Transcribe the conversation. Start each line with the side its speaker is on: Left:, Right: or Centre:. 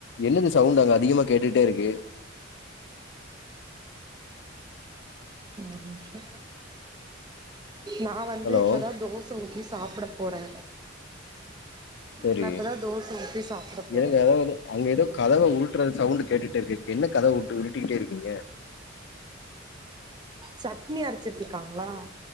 Left: என்னது சவுண்டு அங்க அதிகமா கேட்டுகிட்டே இருக்கு
Right: ஒரு நிம்ஷோ நா வந்து
Left: ஹலோ
Right: இப்பதா தோச ஊத்தி சாப்ட போறே
Left: செரி
Right: நா இப்பதா தோச ஊத்தி சாப்ட போறே
Left: ஏங்க அங்க ஏதோ கதவ உருட்ற சவுண்டு கேட்டுட்டு இருக்கே என்ன கதவ உருடிட்டே இருக்கீங்க
Right: சட்னி அரச்சிட்டு இருக்காங்களா